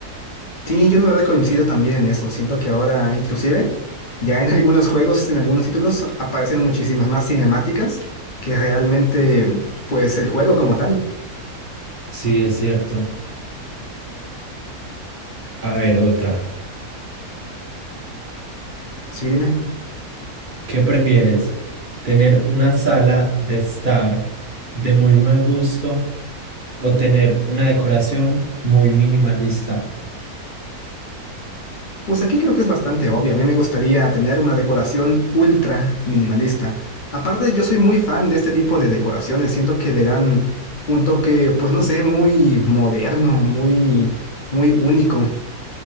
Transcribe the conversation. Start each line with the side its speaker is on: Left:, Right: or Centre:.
Left: Sí, yo la verdad coincido también en eso. Siento que ahora inclusive ya en <laughs> algunos juegos, en algunos títulos aparecen muchísimas más cinemáticas que realmente pues el juego como tal.
Right: Sí, es cierto. A ver, otra.
Left: Sí, dime.
Right: ¿Qué prefieres? ¿Tener una sala de estar de muy mal gusto o tener una decoración muy minimalista?
Left: Pues aquí creo que es bastante obvio. A mí me gustaría tener una decoración ultra minimalista. Aparte, yo soy muy fan de este tipo de decoraciones. Siento que le dan un toque, pues no sé, muy moderno, muy, muy único.